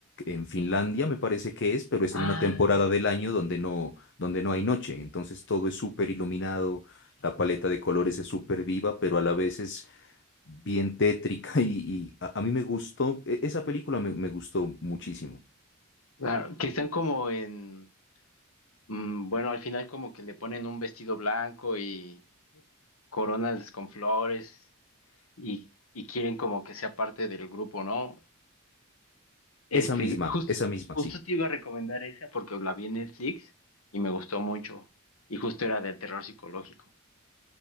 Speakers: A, on the left; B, on the left.
A: en Finlandia, me parece que es, pero es
B: Ah,
A: en una temporada del año donde no, donde no hay noche. Entonces todo es súper iluminado, la paleta de colores es súper viva, pero a la vez es bien tétrica <laughs> y, y a, a mí me gustó, e- esa película me, me gustó muchísimo.
B: Claro, que están como en, mm, bueno, al final como que le ponen un vestido blanco y coronas con flores y, y quieren como que sea parte del grupo, ¿no? Este,
A: Esa misma,
B: jus-
A: esa misma,
B: justo
A: sí.
B: te iba a recomendar esa porque la vi en Netflix y me gustó mucho y justo era del terror psicológico.